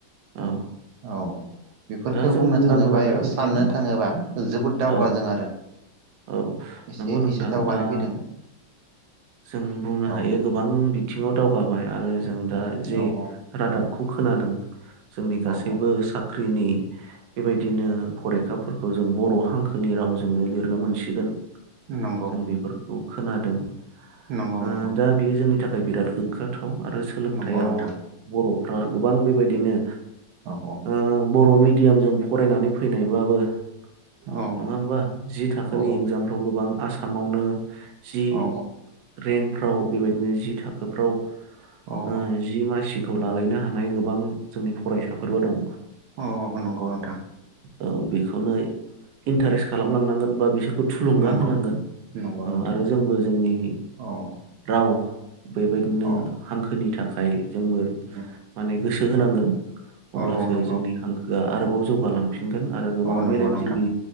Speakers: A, on the right; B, on the right.
A: औ
B: औ। बेफोरखौ
A: दा जों
B: बुंनो
A: बुंनांगोन
B: थाङोबा
A: आरो
B: एबा
A: बेखायनो
B: साननो थाङोबा जोबोद
A: औ
B: दावगादों आरो
A: औ
B: एसे
A: नंगौ नोंथां
B: एसे दावगानाय
A: दा
B: फैदों
A: जों बुंनो
B: औ
A: हायो गोबां बि बिथिंङाव दावगाबाय आरो जों दा जे
B: औ औ
A: रादाबखौ खोनादों। जोंनि गासैबो
B: औ औ
A: साख ख्रिनि बेबायदिनो फरिखाफोरखौ जों बर' हांखोनि रावजोंनो लिरनो मोनसिगोन।
B: नंगौ
A: जों बिफोर खौ खोनादों।
B: नंगौ
A: ओ
B: नंगौ
A: दा बेयो जोंनि थाख बिराद गोगाथ' आरो सोलोंथायाव
B: नंगौ नोंथां
A: बर' फ्रा गोबां बेबायदिनो
B: औ औ
A: ओ बर' मिद मिडियामजों फरायनानै फैनायबाबो नङा
B: औ
A: होमबा जि थाखोनि
B: औ
A: एगजामफ्राव गोबां आसामावनो जि
B: औ
A: रेंक फ्राव बेबायदिनो जि थाखोफ्राव
B: औ
A: ओ जि मासि खौ लालायनो हानाय गोबां जोंनि फरायसाफोरबो दं।
B: औ औ नंगौ नोंथां।
A: औ बेखौनो इन्टारेस्ट खालामलांनांगोन बा बिसोर खौ थुलुंगा
B: नंगौ
A: होनांगोन
B: नंगौ
A: औ
B: नोंथां
A: आरो जोंबो जोंनि
B: औ
A: राव बेबायदिनो
B: औ
A: हांखोनि थाख <unintelligible> जोंबो
B: उम
A: माने गोसो होनांगोन। अब्लासो
B: औ नंगौ
A: जोंनि हां ओ आरोबाव
B: औ
A: जौगालांफिनगोन आरो गोबां
B: औ नंगौ
A: मेलेमजिबि
B: नोंथां